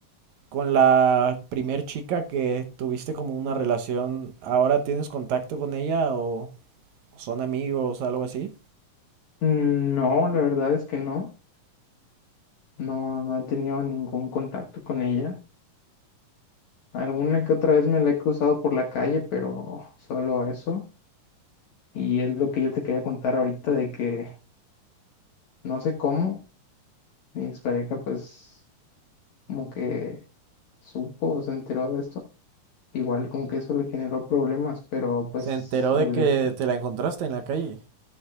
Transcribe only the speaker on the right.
Con la primer chica que tuviste como una relación, ¿ahora tienes contacto con ella o son amigos, algo así?
¿Se enteró
de que
te la encontraste en la calle?